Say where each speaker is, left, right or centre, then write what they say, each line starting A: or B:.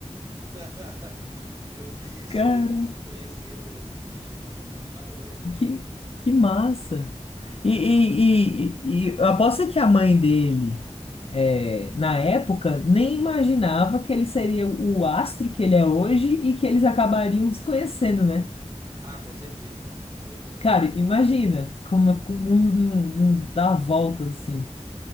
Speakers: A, on the right (about 25°); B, on the left (about 55°).
A: <laughs> Eu vi isso,
B: Cara,
A: eles se conheceram outro dia, assim, parece.
B: que, que massa! E, e, e, e- e aposto que a mãe dele, é, na época, nem imaginava que ele seria o astro que ele é hoje e que eles acabariam se conhecendo, né?
A: Ah, com certeza, com certeza.
B: Cara, imagina como, é, como o mundo não, não dá voltas assim.